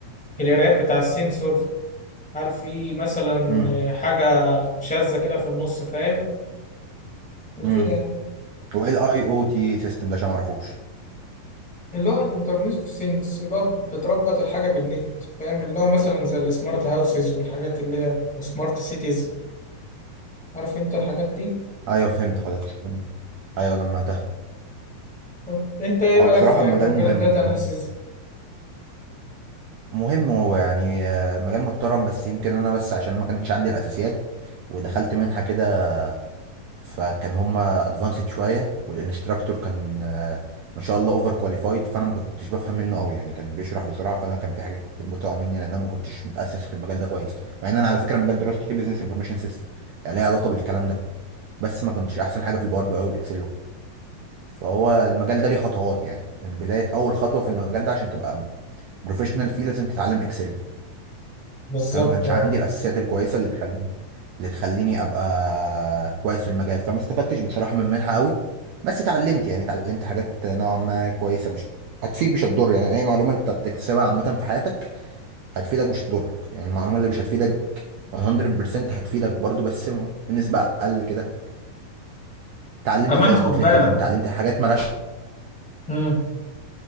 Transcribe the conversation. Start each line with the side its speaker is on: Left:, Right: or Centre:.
Centre: القرايات بتاع السنسورز هل في مثلا
Right: امم
Centre: حاجة شاذة كده في النص فاهم وكده
Right: امم
Centre: يعني
Right: هو ايه الاي او تي سيستم ده عشان ما اعرفوش
Centre: اللي هو الانترنت اوف ثينجز اللي هو بتربط الحاجة بالنت فاهم اللي هو مثلا زي السمارت هاوسز والحاجات اللي هي سمارت سيتيز عارف انت الحاجات دي
Right: ايوه فهمت خلاص جميل. ايوه جمعتها
Centre: طب انت ايه
Right: هو
Centre: رأيك
Right: بصراحه
Centre: في
Right: المجال
Centre: مجال
Right: مهم
Centre: الداتا اناليسيز
Right: مهم مهم هو يعني آه، مجال محترم بس يمكن انا بس عشان ما كانش عندي الاساسيات ودخلت منحه كده فكان هما ادفانسد شويه والانستراكتور كان آه، ما شاء الله اوفر كواليفايد فانا ما كنتش بفهم منه قوي يعني كان بيشرح بسرعه فانا كان في حاجات كتير بتقع مني لان انا ما كنتش متاسس في المجال ده كويس مع ان انا على فكره مجال دراستي بزنس انفورميشن سيستم يعني ليه علاقه بالكلام ده بس ما كنتش احسن حاجه في الباور بي اي والاكسل والكلام ده فهو المجال ده ليه خطوات يعني من بدايه اول خطوه في المجال ده عشان تبقى بروفيشنال فيه لازم تتعلم اكسل
Centre: بالظبط
Right: فانا ما كانش
Centre: اه
Right: عندي الاساسيات الكويسه اللي تخليني اللي تخليني ابقى كويس في المجال فما استفدتش بصراحه من منحه قوي بس اتعلمت يعني اتعلمت حاجات نوعا ما كويسه مش هتفيد مش هتضر يعني اي معلومه انت بتكتسبها عامه في حياتك هتفيدك مش هتضرك يعني المعلومه اللي مش هتفيدك 100% هتفيدك برضو بس بنسبه اقل كده اتعلمت
Centre: وكمان
Right: ازاي
Centre: خد
Right: اظبط
Centre: بالك
Right: لينكد ان اتعلمت حاجات مالهاش
Centre: امم